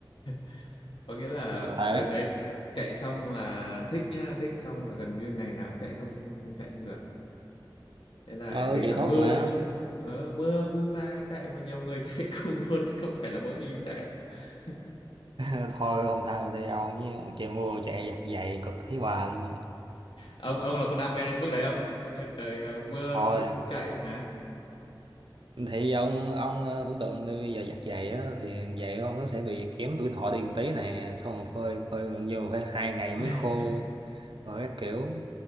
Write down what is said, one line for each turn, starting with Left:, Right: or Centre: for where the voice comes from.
Left: <laughs> có nghĩa là
Right: có thể
Left: đợt đấy chạy xong là thích nhá thích xong là gần như ngày nào cũng chạy không không không chạy không được Thế là
Right: ờ
Left: kể
Right: chạy
Left: cả mưa
Right: tốt mà
Left: nhá ờ, mưa cũng ra chạy và nhiều người chạy <laughs> cùng luôn chứ không phải là mỗi mình mình chạy đâu <laughs>
Right: <laughs> thôi không thao thì ông với chạy mưa chạy giặt giày cực thấy bà luôn
Left: ông ông là có đam mê đến mức đấy không có nghe trời à, mưa
Right: thôi
Left: cũng chạy hả
Right: thì ông ông ờ, tưởng tượng đi, bây giờ giặt giày á thì giày ông nó sẽ bị kém tuổi thọ đi một tí nè xong một phơi phơi gần như phải hai ngày mới
Left: <laughs>
Right: khô rồi các kiểu